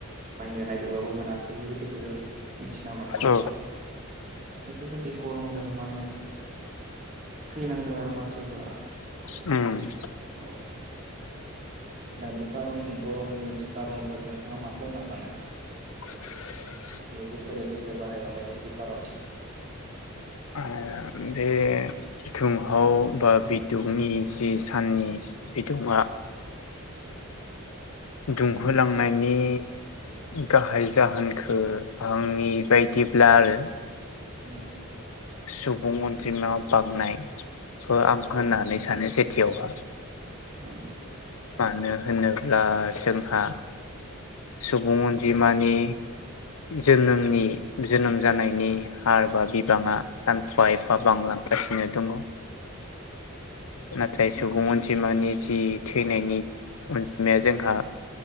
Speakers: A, on the right; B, on the left.
A: बायनो नागिरबाबो मोनाखै बेबायदिखौ जों मिथिना मोनदों।
B: औ
A: बेफोर बायदि गरमदों माने सैनांदों आरो मानसिफोरा
B: उम
A: औ दा बे कारन गरमनि जि कारनफोर नोंथाङा माखौ होनना सानो
B: <inaudible>
A: बेयो बोसोरै बोसोरै बारायलांनायनि जि खारन
B: आ बे थुंहाव बा बिदुंनि जि साननि बिदुङा दुंहोलांनायनि गाहाय जाहोनखो आंनि बायदिब्ला आरो
A: उम
B: सुबुं अनजिमा बांनायखौ आं
A: औ
B: होननानै सानो सेथियावहा
A: <inaudible>
B: मानो होनोब्ला जोंहा सुबुं अनजिमानि जोनोमनि जोनोम जानायनि हार बा बिबाङा सानफा एफा बांलां गासिनो दङ। नाथाय सुबुं अनजिमानि जि थैनायनि अनजिमाया जोंहा